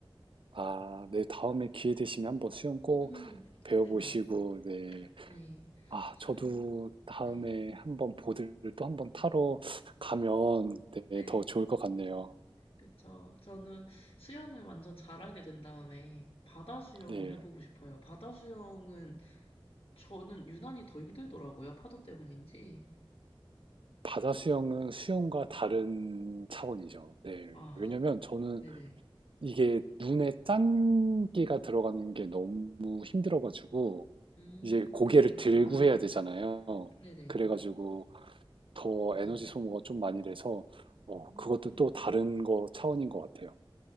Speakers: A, on the right; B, on the left.
A: 아, 네, 다음에 기회 되시면 한번 수영 꼭
B: 음,
A: 배워보시고,
B: 네네,
A: 네.
B: 네.
A: 아,
B: 수영,
A: 저도 다음에
B: 네,
A: 한번 보드를 또 한번 타러 가면
B: 네.
A: 네, 더 좋을 것 같네요.
B: 그쵸. 저는 수영을 완전 잘하게 된 다음에 바다 수영을
A: 네.
B: 해보고 싶어요. 바다 수영은 저는 유난히 더 힘들더라고요. 파도 때문인지.
A: 바다 수영은 수영과 다른 차원이죠. 네.
B: 아,
A: 왜냐면 저는
B: 네네.
A: 이게 눈에 짠기가 들어가는 게 너무 힘들어가지고
B: 음,
A: 이제 고개를
B: 그러셨구나.
A: 들고 해야 되잖아요.
B: 네네.
A: 그래가지고 더
B: 네.
A: 에너지 소모가 좀 많이 돼서 어,
B: 음,
A: 그것도 또 다른 거 차원인 것 같아요.